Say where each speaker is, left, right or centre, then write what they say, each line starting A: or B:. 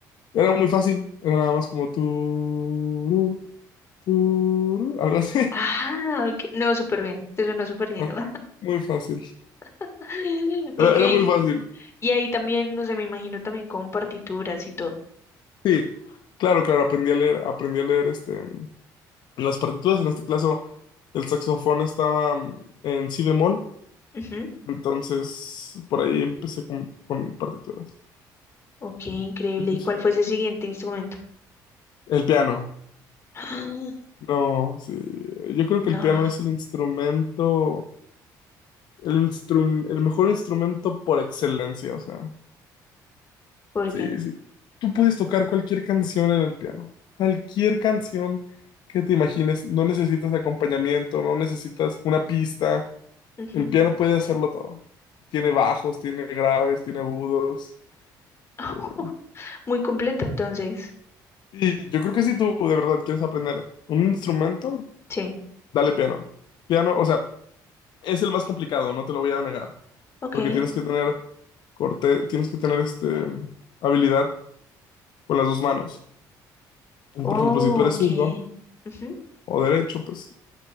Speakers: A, on the left (about 65°); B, on the left (about 35°).
A: era muy fácil, era nada más como tu, tu, algo así.
B: Ah, ok. No, súper bien. Te suena súper lindo.
A: <laughs> Muy fácil.
B: <laughs> Ok.
A: Era, era muy fácil.
B: Y ahí también, no sé, me imagino también con partituras y todo.
A: Sí, claro, claro, aprendí a leer, aprendí a leer este. en las partituras, en este caso el saxofón estaba mm, en si bemol,
B: Ujú.
A: entonces por ahí empecé con, con partituras.
B: Ok, increíble.
A: Sí,
B: ¿Y
A: sí.
B: cuál fue ese siguiente instrumento?
A: El piano,
B: <gasps>
A: no, sí, yo creo que
B: No.
A: el piano es el instrumento, el instrum- el mejor instrumento por excelencia, o sea,
B: ¿Por
A: sí,
B: qué?
A: sí. Tú puedes tocar cualquier canción en el piano, cualquier canción que te imagines, no necesitas acompañamiento, no necesitas una pista.
B: Ujú.
A: El piano puede hacerlo todo. Tiene bajos, tiene graves, tiene agudos.
B: <laughs>
A: Eh,
B: Muy completo, entonces.
A: Y yo creo que si tú de verdad quieres aprender un instrumento,
B: Sí.
A: dale piano. Piano, o sea, es el más complicado, no te lo voy a negar.
B: Ok.
A: Porque tienes que tener corte, tienes que tener este habilidad con las dos manos. Y
B: Oh,
A: por ejemplo, si tú eres
B: ok.
A: zurdo
B: Ujú.
A: o derecho, pues,